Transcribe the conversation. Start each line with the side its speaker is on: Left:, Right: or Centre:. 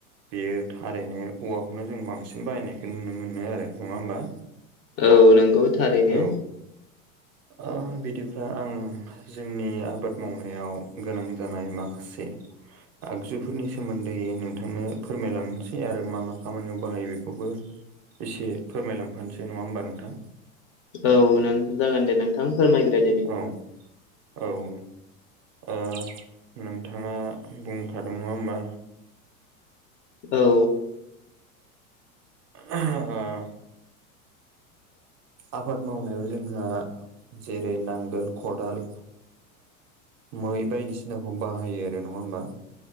Right: बेयो थारैनो औवाखौनो जों बांसिन बाहायनायखौ नुनो मोनो आरो नंङा होमबा
Left: औ नंगौ थारैनो
Right: औ ओ बिदिब्ला आं जोंनि आबाद मावनायाव गोनां जानाय माखासे आगजुफोरनि सोमोन्दै नोंथांनो फोरमायलांनोसै आरो मा मा खामानियाव बाहायो बेखौबो एसे फोरमायलांफानोसै नंङा होमबा नोंथां
Left: औ नों जागोन दे नोंथां फोरमायग्रो दे बि
Right: औ-औ ओ नोंथांङा बुंखादों नंङा होमबा
Left: औ
Right: <inaudible> आबाद मावनायाव जोंहा जेरै नांगोल खदाल मै बायदिसिनाखौ बाहायो आरो नङा होमबा।